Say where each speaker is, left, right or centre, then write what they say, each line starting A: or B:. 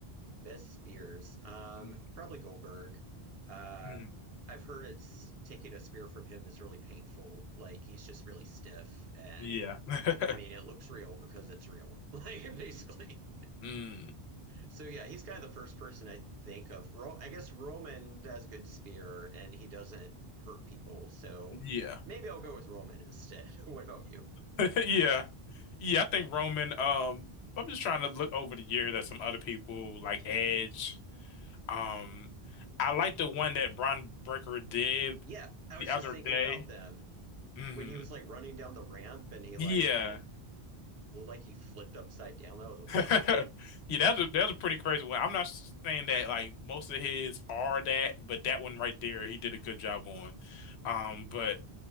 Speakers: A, on the right (about 70°); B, on the left (about 85°).
A: Best spears. Um,
B: Mm,
A: probably Goldberg. Uh,
B: mm,
A: I've heard it's taking a spear from him is really painful. Like he's just really stiff, and
B: Yeah. <laughs>
A: I mean it looks real because it's real. <laughs> Like basically.
B: Mm,
A: So yeah, he's kind of the first person I think of. Ro- I guess Roman has a good spear and he doesn't hurt people, so
B: yeah.
A: maybe I'll go with Roman instead. <laughs> what about you?
B: <laughs> Yeah. Yeah, I think Roman, um, I'm just trying to look over the years at some other people like Edge. Um, I like the one that Bron Breaker did
A: Yeah, I
B: the
A: was
B: other
A: just thinking
B: day.
A: about them
B: hmm
A: when he was like running down the ramp and he
B: Yeah.
A: like looked like he flipped upside down. That was wild.
B: <laughs> Yeah, that's a, that's a pretty crazy one. I'm not s- saying that like most of his are that, but that one right there, he did a good job on. Um, but